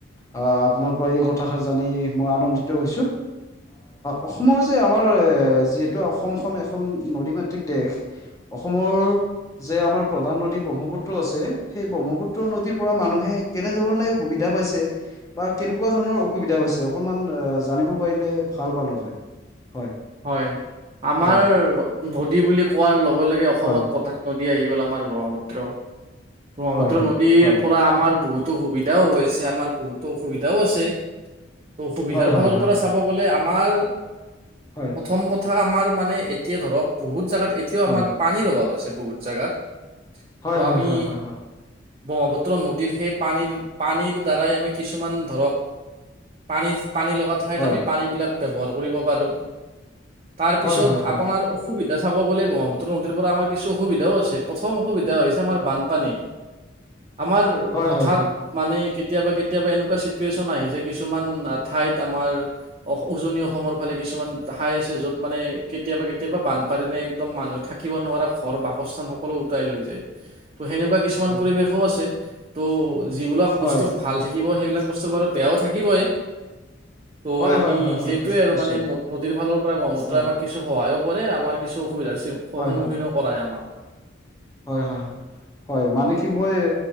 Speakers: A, on the left; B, on the right.
A: আহ আপোনাৰ পৰা এই কথাষ জানি মই আনন্দিত হৈছো। অসমৰ যে আমাৰ যিহেতু অসমখন। এখন নদী মাতৃক দেশ অসমৰ যে আমাৰ প্ৰধান নদী ব্ৰহ্মপুত্ৰ আছে সেই ব্ৰহ্মপুত্ৰ নদীৰ পৰা মানুহে কেনে ধৰণে সুবিধা পাইছে বা কেনেকুৱা ধৰণৰ অসুবিধা পাইছে অকণমান জানিব পাৰিলে ভাল পালো হয় হয়
B: হয় আমাৰ
A: হয়
B: নদী বুলি কোৱাৰ লগে লগে অসমত
A: হয়
B: পতাক নদী আহি গ'ল আমাৰ ব্ৰহ্মপুত্ৰ ব্ৰহ্মপুত্ৰ
A: হয় হয়
B: নদীৰ
A: হয় হয়
B: পৰা আমাৰ বহুতো সুবিধাও হৈছে আমাৰ বহুতো অসুবিধাও আছে অসুবিধাৰ
A: হয়
B: ফালৰ
A: হয়
B: পৰা চাব গ'লে আমাৰ
A: হয়
B: প্ৰথম কথা আমাৰ মানে এতিয়া ধৰক বহুত জোগাত এতিয়াও
A: হয়
B: আমাৰ পানীৰ অভাৱ আছে ছে বহুত জোগাত
A: হয়
B: ত'
A: হয়
B: আমি
A: হয় হয় হয় হয়
B: ব্ৰহ্মপুত্ৰ নদীৰ সেই পানীৰ পানীৰ দ্বাৰাই আমি কিছুমান ধৰক পানী পানী লগা ঠাইত
A: হয়
B: আমি পানীবিলাক ব্যৱহাৰ কৰিব পাৰো তাৰ
A: হয়
B: পিছত
A: হয় হয় হয় হয় হয় হয় হয়
B: আপোনাৰ অসুবিধা চাব গ'লে ব্ৰহ্মাপুত্ৰ পৰা আমাৰ কিছু অসুবিধাও আছে প্ৰথম অসুবিধা হৈছে আমাৰ বানপানী আমাৰ
A: হয়
B: হঠাৎ
A: হয় হয় হয়
B: মানে কেতিয়াবা কেতিয়াবা এনেকুৱা চে চন আহি যে কিছুমান ঠাইত আমাৰ উজনি অসমৰ ফালে কিছুমান খাই আছে য'ত মানে কেতিয়াবা কেতিয়াবা বানপানী ন একদম মানুহে থাকিব নোৱাৰা ঘৰ বাসস্থান সকলো ওতাই লৈ যায় ত সেনেকুৱা কিছুমান
A: হয়
B: পৰিবেশও আছে ত যিবিলাক
A: হয়
B: বস্তুৰ ভাল থাকিব সেইবিলাক বস্তুৰ
A: হয়
B: বাৰু বেয়াও থাকিবই ত'
A: হয়
B: আমি
A: হয় হয় হয়
B: সেইটোয়ে
A: হয়
B: আৰু
A: নিশ্চয়
B: মানে নদীৰ ফালৰ পৰা ব্ৰহ্মুত্ৰই
A: হয়
B: আমাক কিছু সহায়ো কৰে আমাৰ কিছু অসুবিধাৰ সি সন্মুখীনো
A: হয়
B: কৰায় আমাক
A: হয় হয় হয় মানে কি মই এ